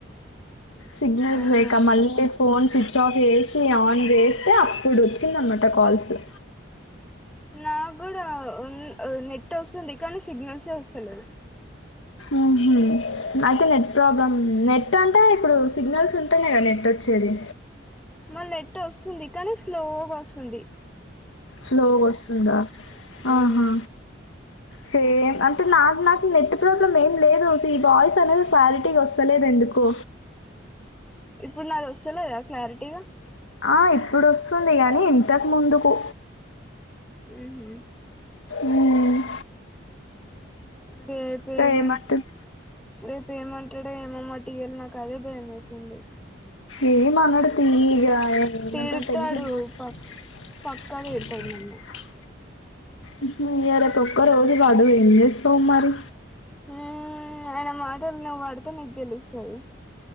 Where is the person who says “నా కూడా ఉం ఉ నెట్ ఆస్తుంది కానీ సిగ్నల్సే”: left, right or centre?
Centre